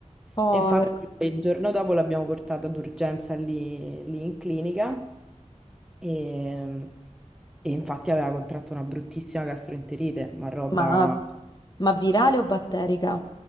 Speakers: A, on the left; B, in the centre.
A: povera.
B: E infatti il giorno dopo l'abbiamo portata d'urgenza lì, lì in clinica e, e infatti aveva contratto una bruttissima gastroenterite, ma roba...
A: Ma, ma virale o batterica?